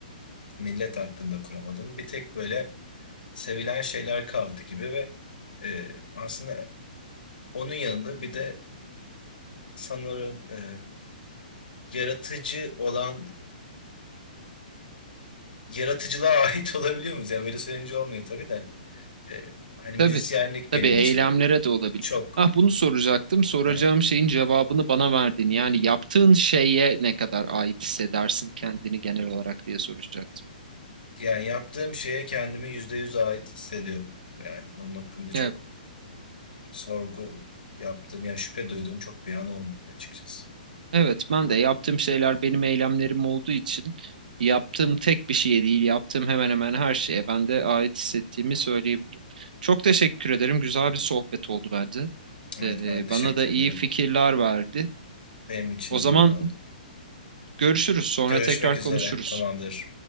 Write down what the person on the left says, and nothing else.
millet hakkında kuramadım. Bir tek böyle sevilen şeyler kaldı gibi ve e, aslında onun yanında bir de sanırım e, yaratıcı olan yaratıcılığa <laughs> ait olabiliyor muyuz? Yani böyle söyleyince olmuyor tabii de. E, hani müzisyenlik
benim
için
çok
<laughs>
yani yaptığım şeye kendimi yüzde yüz ait hissediyorum. Yani onun hakkında çok
sorgu yaptığım ya şüphe duyduğum çok bir an olmadı açıkçası.
Evet
ben teşekkür
ederim.
Benim için
de öyle oldu.
Görüşmek
üzere.
Tamamdır.